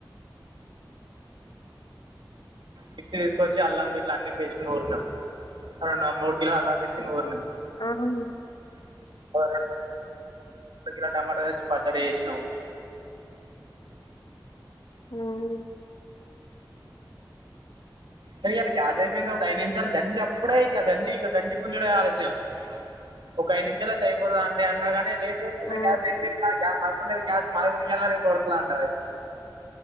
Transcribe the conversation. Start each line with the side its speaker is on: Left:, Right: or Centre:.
Right: మిక్సీ తీస్కొచ్చి అల్లం గిట్లా అన్ని పేస్ట్ నూరినం అరున్న మూడ్ కిలో అల్లం దెచ్చి నూర్నమ్
Left: అవును
Right: <inaudible> తర్వాత అద కిల టమాటలు తెచ్చి పచ్చడి చేసినం
Left: ఉహ్మ్
Right: కానీ ఇయల గ్యాస్ అయిపోయింది ఒక ఐదు నిమిషాలు గంజి అప్పుడే ఇట్ల గంజి ఇగ గంజి గుంజుడే ఆలస్యం ఒక ఐదు నిమిషాల్ అయితె అయిపోద అండి అన్నాగాని లేద్ లెద్ చిన్న
Left: ఆ
Right: గ్యాస్ అయిపోయింది నా గ్యాస్ కున్నది గ్యాస్ మాది కూడా ఇయలానో రేపో ఒడత్తదండి అ